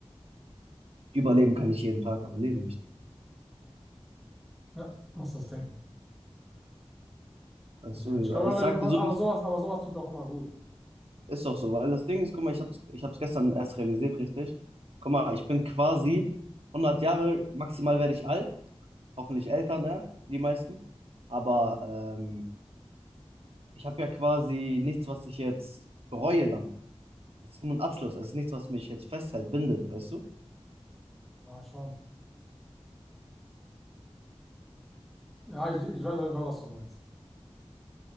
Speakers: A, on the right (about 65°); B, in the centre.
A: Überleben kann ich jeden Tag, aber leben nicht.
B: ja, was ist das Ding?
A: Weißt
B: Deswegen,
A: du,
B: ich glaube,
A: ich
B: aber,
A: sag
B: aber,
A: dir so,
B: aber
A: wie es
B: sowas, aber sowas tut doch immer gut.
A: ist doch so, weil das Ding ist, guck mal, ich hab's, ich hab's gestern erst realisiert, richtig? Guck mal, ich bin quasi 100 Jahre, maximal werde ich alt, hoffentlich älter, ne? Die meisten. Aber ähm, ich habe ja quasi nichts, was ich jetzt bereue dann. Es ist nur ein Abschluss. Es ist nichts, was mich jetzt festhält, bindet, weißt du?
B: Ja, schon. Ja, ich, ich weiß auf jeden Fall, was du meinst.